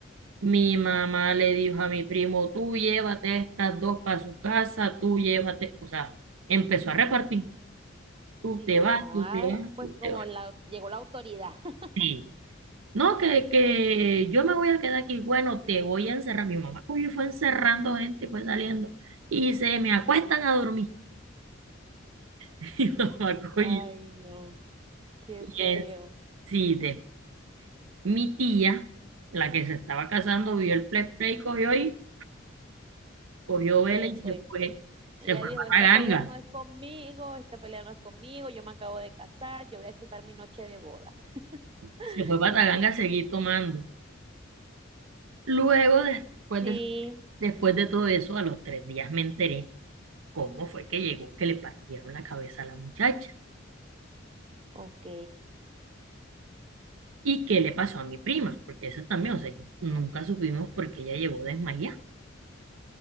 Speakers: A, on the right; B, on the right.
A: Mi mamá le dijo a mi primo, tú llévate a estas dos para su casa, tú llévate, o sea, empezó a repartir, tú
B: Sí,
A: te
B: tu
A: vas,
B: mamá,
A: tú te vas,
B: pues
A: tú
B: como
A: te vas.
B: la, llegó la autoridad. <laughs>
A: Sí. No, que, que yo me voy a quedar aquí, bueno, te voy a encerrar. Mi mamá cogió y fue encerrando gente y fue saliendo y se me acuestan a dormir. <laughs> Mi mamá cogió
B: Ay,
A: y
B: no, qué feo.
A: en- sí, de- mi tía, la que se estaba casando, vio el play, play cogió y cogió vela
B: Se
A: y se
B: fue.
A: fue, se
B: Ella
A: fue
B: dijo, esta
A: para
B: pelea
A: Ganga.
B: no es conmigo, esta pelea no es conmigo, yo me acabo de casar, yo voy a disfrutar mi noche de bodas. <laughs>
A: se fue para Taganga a seguir tomando. Luego, después
B: Sí,
A: de, después de todo eso, a los tres días me enteré cómo fue que llegó, que le partieron la cabeza a la muchacha
B: ok,
A: y qué le pasó a mi prima, porque eso también, o sea, nunca supimos por qué ella llegó desmayada.